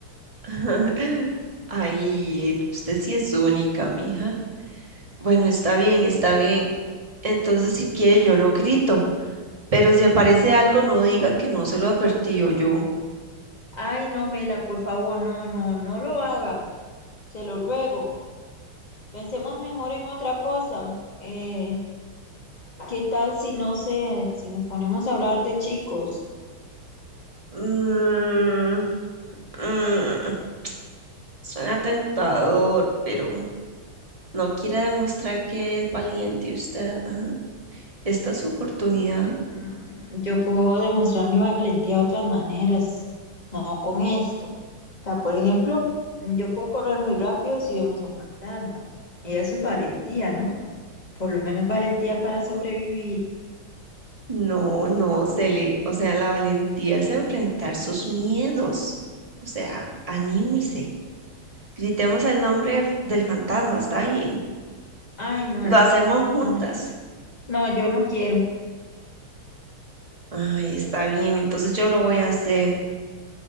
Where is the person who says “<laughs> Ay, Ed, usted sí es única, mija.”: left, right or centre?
Right